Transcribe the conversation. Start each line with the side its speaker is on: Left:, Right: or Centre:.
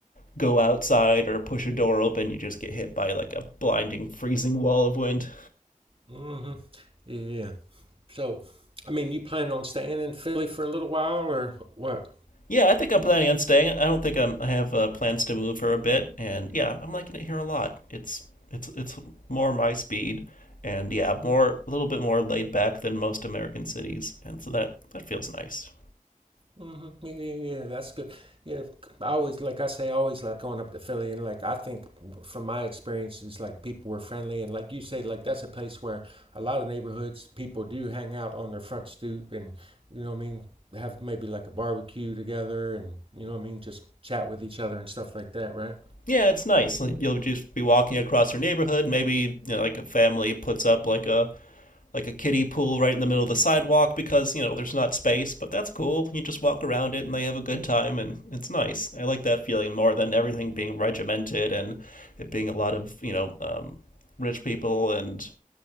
Left: go outside or push a door open, you just get hit by like a blinding freezing wall of wind.
Right: mm hmm Yeah. So, I mean, you plan on staying in Philly for a little while or what?
Left: Yeah, I think I'm planning on staying. I don't think I'm, I have uh, plans to move for a bit, and yeah, I'm liking it here a lot. It's it's it's more my speed, and yeah, more a little bit more laid back than most American cities, and so that that feels nice.
Right: hmm Yeah, yeah, yeah, that's good. Yeah, I always like I say, I always like going up to Philly, and like I think from my experiences, like people were friendly, and like you say, like that's a place where a lot of neighborhoods people do hang out on their front stoop, and you know what I mean, have maybe like a barbecue together, and you know what I mean, just chat with each other and stuff like that, right?
Left: Yeah, it's nice. Like you'll just be walking across your neighborhood. Maybe you know, like a family puts up like a like a kiddie pool right in the middle of the sidewalk because, you know, there's not space, but that's cool. You just walk around it and they have a good time and it's nice. I like that feeling more than everything being regimented and it being a lot of, you know, um, rich people and